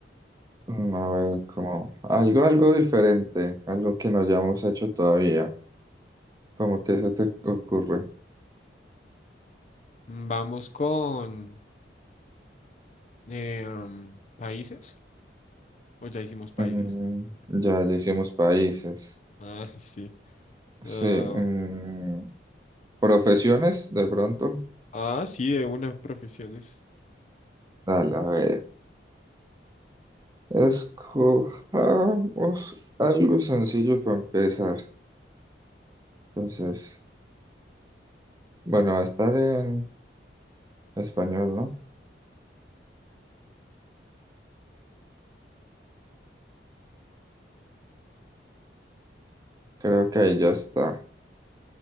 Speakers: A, on the right (about 20°); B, on the left (about 40°).
A: mm, a ver, como algo, algo diferente, algo que no hayamos hecho todavía. ¿Cómo que se te ocurre?
B: Mm, Vamos con em, países. ¿O ya hicimos países?
A: Mm, ya ya hicimos países.
B: Ah, <laughs> sí.
A: Sí,
B: ah,
A: mm, profesiones, de pronto.
B: ah, sí, de una, profesiones.
A: Dale, a ver. Escojamos algo sencillo para empezar. Entonces, bueno, va a estar en español, ¿no? Creo que ahí ya está.